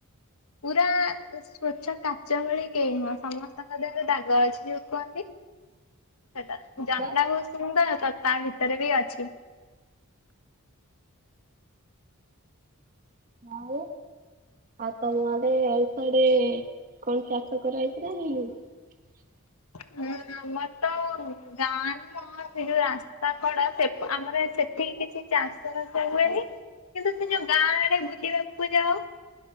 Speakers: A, on the left; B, on the right.
A: ପୁରା ସ୍ଵଚ୍ଛ କାଚ ଭଳି କେହି ନୁହଁ ସମସ୍ତଙ୍କ ଦେହରେ ଦାଗ ଅଛି ଯୋଉ କୁଅନ୍ତି। ସେଟା
B: ହଁ
A: ଜନଡା
B: ବା
A: ବୋହୁତ୍ ସୁନ୍ଦର୍ ତା ତା ଭିତରେ ବି ଅଛି।
B: ହଉ ଆଉ ତମ ଆଡେ ଆଉ ଏଇଡି କଣ ଚାଷ କରା ଛି ଯା ହେଇନି?
A: ହୁଁ। ଆମର ତ ଗାଁ ନୁହଁ ସେ ଯୋଉ ରାସ୍ତା କଡ଼ ସେ ଆମର ସେଠି କିଛି ଚାଷ ବାସ ହୁଏନି କିନ୍ତୁ ସେ ଯୋଉ ଗାଁ ଆଡେ ବୁଲିବାକୁ ଯାଉ